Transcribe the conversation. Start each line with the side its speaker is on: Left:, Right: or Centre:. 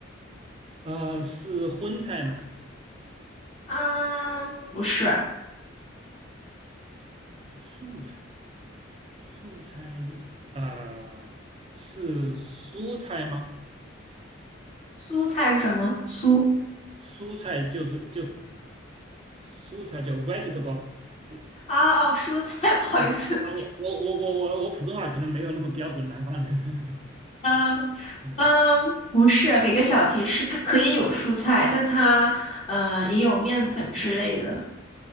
Right: 啊，是荤菜吗？
Left: 嗯，不是，
Right: 就素菜，素菜啊、是蔬菜吗？
Left: 苏菜是什么？苏
Right: 蔬菜就是就是蔬菜叫 vegetable，这
Left: 啊哦，蔬菜，<laughs> 不好意思。
Right: 啊啊我我我我我我普通话可能没有那么标准，南方人。<laughs>
Left: 嗯。
Right: 嗯
Left: 嗯，不是，给个小提示，它可以有蔬菜，但它嗯也有面粉之类的，